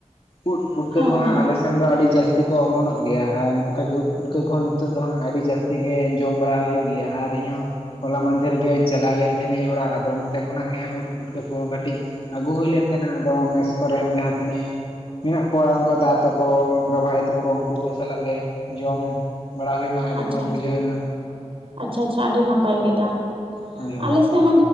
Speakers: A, on the left; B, on the right.
A: ᱩᱫ ᱯᱩᱴᱠᱟᱹ
B: ᱦᱮᱸ
A: ᱠᱚᱦᱚᱸ ᱟᱞᱮᱥᱮᱱ ᱫᱚ ᱟᱹᱰᱤ ᱡᱟᱹᱥᱛᱤ ᱠᱚ ᱚᱢᱚᱱᱚᱜ ᱜᱮᱭᱟ ᱟᱨ ᱱᱚᱝᱠᱟ ᱜᱮ ᱩᱫ ᱯᱩᱴᱠᱟᱹ ᱠᱚᱦᱚᱸ ᱱᱤᱛᱚᱜ ᱱᱤᱛᱚᱜ ᱫᱚᱜ ᱟᱹᱰᱤ ᱡᱟᱹᱥᱛᱤ ᱜᱮ ᱡᱚᱢ ᱵᱟᱲᱟ ᱦᱩᱭᱩᱜ ᱜᱮᱭᱟ ᱟᱨ ᱤᱧᱦᱚᱸ ᱦᱚᱞᱟ ᱢᱟᱫᱷᱮᱨ ᱜᱮ ᱪᱟᱞᱟᱣ ᱞᱮᱱ ᱛᱟᱦᱮᱱᱤᱧ ᱚᱲᱟᱜ ᱟᱫᱚ ᱚᱱᱛᱮ ᱠᱷᱚᱱᱟᱜ ᱜᱮ ᱦᱟᱸᱜ ᱩᱫ ᱯᱩᱴᱠᱟᱹ ᱠᱚ ᱠᱟᱹᱴᱤᱡ ᱟᱹᱜᱩ ᱦᱩᱭ ᱞᱮᱱ ᱛᱟᱦᱮᱱᱟ ᱟᱫᱚ ᱢᱮᱥ ᱠᱚᱨᱮᱱ ᱡᱟᱦᱟᱸ ᱛᱤᱱᱟᱹᱜ ᱢᱮᱱᱟᱜ ᱠᱚᱣᱟ ᱩᱱᱠᱩ ᱫᱟ ᱛᱟᱠᱚ ᱚᱱᱠᱟ ᱵᱷᱟᱭ ᱛᱟᱠᱚ ᱩᱱᱠᱩ ᱠᱚ ᱥᱟᱞᱟᱜ ᱜᱮ ᱡᱚᱢ ᱵᱟᱲᱟ ᱦᱩᱭᱱᱟ ᱟᱹᱰᱤ
B: ᱟᱪᱪᱷᱟ
A: ᱢᱚᱸᱡᱽ
B: ᱟᱪᱪᱷᱟ
A: ᱵᱩᱡᱷᱟᱹᱣ ᱮᱱᱟ
B: ᱟᱪᱪᱷᱟ ᱟᱪᱪᱷᱟ ᱟᱹᱰᱤ ᱱᱟᱯᱟᱭ ᱜᱮᱫᱟ
A: ᱦᱳᱭ
B: ᱟᱞᱮᱥᱮᱱ
A: ᱦᱳᱭ